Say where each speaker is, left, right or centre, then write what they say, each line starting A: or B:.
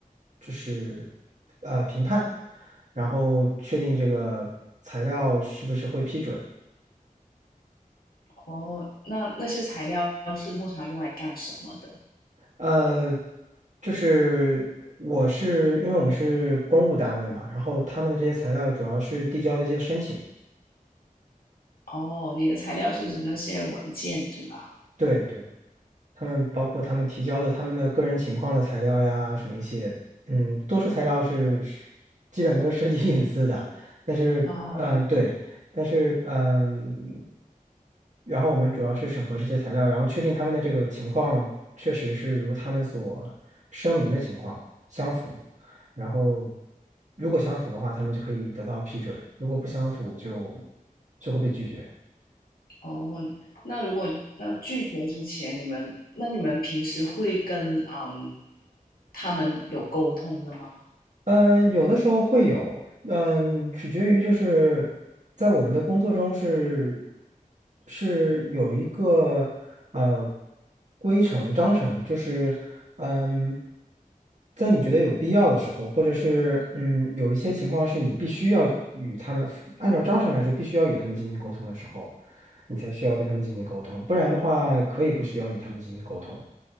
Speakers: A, on the right; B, on the left.
A: 就是呃评判，然后确定这个材料是不是会批准。
B: 哦，那那些材料是通常用来干什么的？
A: 呃，就是我是因为我们是公务单位嘛，然后他们的这些材料主要是递交的一些申请，
B: 哦，你的材料是指那些文件，对吗？
A: 对对。他们包括他们提交的他们的个人情况的材料呀，什么一些，嗯，多数材料是是基本都是涉及 <laughs> 隐私的，但是，
B: 啊，
A: 嗯，对，但是，嗯，然后我们主要是审核这些材料，然后确定他们的这个情况确实是如他们所声明的情况相符，然后如果相符的话，他们就可以得到批准，如果不相符就就会被拒绝。
B: 哦，那如果那拒绝之前，你们那你们平时会跟嗯他们有沟通的吗？
A: 嗯，有的时候会有，嗯，取决于就是在我们的工作中是是有一个呃规程章程，就是嗯，在你觉得有必要的时候，或者是嗯有一些情况是你必须要与他们按照章程来说必须要与他们进行沟通的时候，你才需要跟他们进行沟通，不然的话可以不需要与他们进行沟通